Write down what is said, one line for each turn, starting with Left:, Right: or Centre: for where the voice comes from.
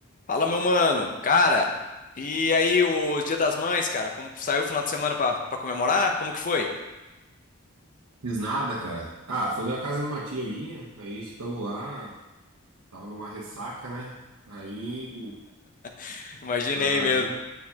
Left: Fala, meu mano. Cara, e aí, o Dia das Mães, cara? Como que saiu o final de semana pra, pra comemorar? Como que foi?
Right: Fiz nada, cara. Ah, fui na casa de uma tia minha, aí ficamos lá, tava numa ressaca, né? Aí,
Left: <laughs> Imaginei
Right: casamento,
Left: mesmo.